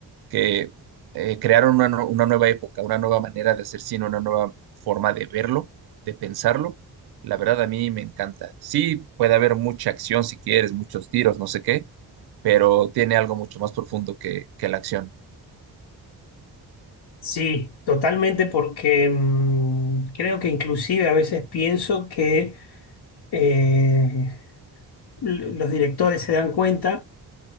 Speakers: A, on the right; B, on the left.
A: que eh, crearon una, nu- una nueva época, una nueva manera de hacer cine, una nueva forma de verlo, de pensarlo. La verdad a mí me encanta. Sí, puede haber mucha acción si quieres, muchos tiros, no sé qué, pero tiene algo mucho más profundo que, que la acción.
B: Sí, totalmente, porque mm, creo que inclusive a veces pienso que eh, l- los directores se dan cuenta